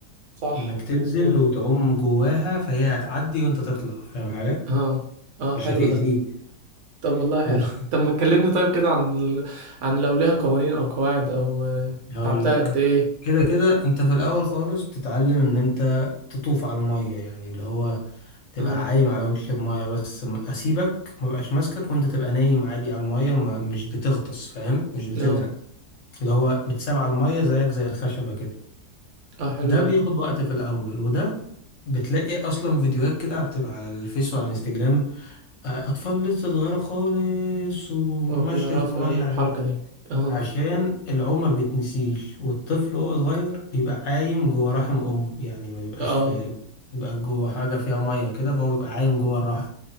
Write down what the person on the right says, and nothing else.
صح
مظبوط
اه اه
حلو
ده طب والله حلو
<laughs> طب ما تكلمني طيب كده عن ال... عن لو ليها قوانين او قواعد او آه،
تعبتها
قد ايه
اه
اه
اه حلو
ده
اه بيعرفوا
يعملوا
الحركة دي اه
اه